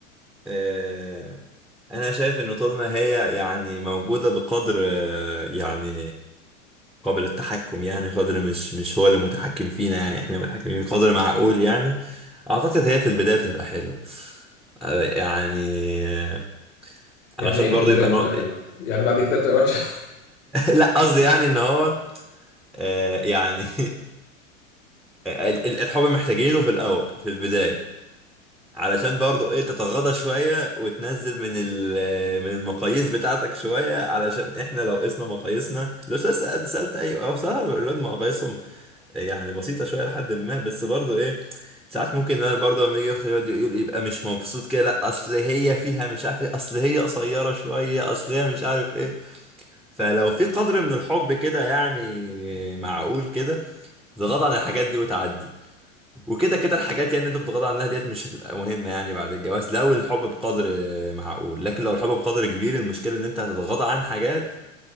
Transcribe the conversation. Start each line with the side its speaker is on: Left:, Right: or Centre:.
Centre: آه، انا شايف ان طول ما هي يعني موجوده بقدر آه، يعني قابل التحكم يعني قدر مش مش هو اللي متحكم فينا يعني احنا متحكمين بقدر معقول يعني اعتقد هي في البدايه بتبقى حلو آه، يعني آه،
Left: يعني
Centre: علشان
Left: ايه
Centre: برضه
Left: في البداية
Centre: يبقى
Left: بتبقى
Centre: نوع...
Left: حلوة
Centre: <laughs>
Left: يعني بعد كده بتبقى وحشة
Centre: لا قصدي يعني ان هو آه، يعني <laughs> ال- ال- الحب محتاجينه في الاول في البدايه علشان برضو ايه تتغاضى شوية وتنزل من ال- من المقاييس بتاعتك شوية علشان احنا لو قسنا مقاييسنا لو سألت سألت اي أو بصراحة الولاد مقاييسهم يعني بسيطة شوية لحد ما بس برضو ايه ساعات ممكن انا برضو لما يجي اختي يقعد يقول يبقى مش مبسوط كده لا اصل هي فيها مش عارف ايه اصل هي قصيرة شوية اصل هي مش عارف ايه فلو في قدر من الحب كده يعني معقول كده تتغاضى عن الحاجات دي وتعدي وكده كده الحاجات يعني انت بتتغاضى عنها ديت مش هتبقى مهمة يعني بعد الجواز لو الحب بقدر آه، معقول لكن لو الحب بقدر كبير المشكلة ان انت هتتغاضى عن حاجات